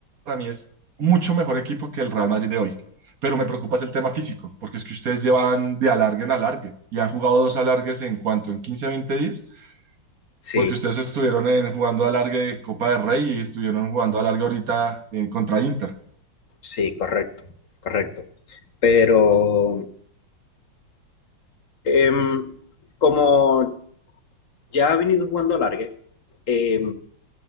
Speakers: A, on the right (about 50°); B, on the left (about 45°).
A: mí es mucho mejor equipo que el Real Madrid de hoy. Pero me preocupa es el tema físico, porque es que ustedes llevan de alargue en alargue y han jugado dos alargues en cuanto en 15, 20 días,
B: Sí,
A: porque ustedes estuvieron en, jugando alargue de Copa del Rey y estuvieron jugando alargue ahorita en contra Inter.
B: sí, correcto, correcto. Pero em, como ya ha venido jugando alargue, eh,